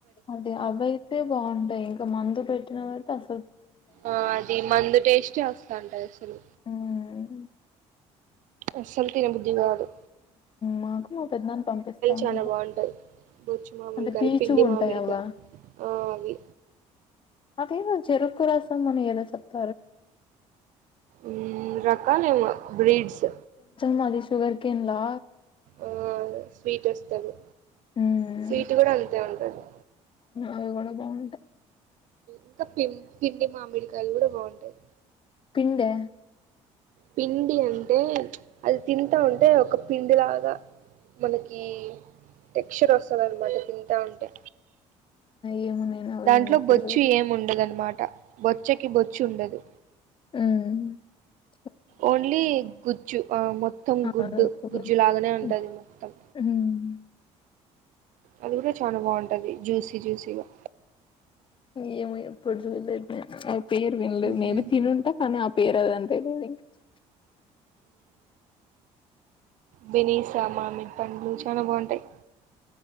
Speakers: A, on the left; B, on the right.
A: అదే అవయితే బాగుంటాయి ఇంకా మందు పెట్టినవి అయితే అస
B: ఆ అది మందు టేస్ చేస్తా ఉంటయి అసలు
A: హ్మ్.
B: అసల్ తిన బుద్ధిగాదు
A: మాకు మా పెద్దని పంపిస్తామండ
B: చాలా బాగుంటాయి బొచ్చు మామిడికాయలు
A: అంటే బీచు
B: పిండి
A: ఉంటాయ
B: మామిడికాయలు
A: అవా
B: ఆ అవి
A: అదేమో చెరుకుకు రాసాం మనం ఏదో సత్త
B: ఉ రకాలవ బ్రిడ్స్
A: మాది సషుగర్ కేన్ లా
B: ఆ స్వీట్ వస్తుంది
A: హ్మ్
B: స్వీట్ కూడా అంతే ఉంటంది
A: అవి కూడా బాగుంటాయి
B: ఇంకాం పిండి మామిడికాయలు కూడా బాగుంటాయి
A: పిండే
B: పిండి అంటే అది తింటా ఉంటే ఒక పిండి లాగా మనకి టెక్చర్ వస్తుంది అనమాట తింటా ఉంటే
A: ఏమన్నానావ
B: దాంట్లో
A: ఏమి ఇప్పుడు
B: బొచ్చు ఏమి ఉండదనమాట బొచ్చకి బొచ్చి ఉండదు
A: ఆ
B: ఓన్లీ గుజ్జు ఆ మొత్తం
A: ఆ
B: గుడ్డు
A: రవ్వతో
B: గుజ్జు లాగానే ఉంటది
A: హ్మ్
B: మొత్తం
A: హ్మ్.
B: అది కూడా చాలా బాగుంటది జ్యూసీ జ్యూసీగా
A: ఏమ ఎప్పుడు జల పేరు వినలేదు
B: మ్
A: మేబీ తినుంటా కానీ ఆ పేరు అదంతే <unintelligible>
B: బినీసా మామిడి పండ్లు చాలా బాగుంటాయి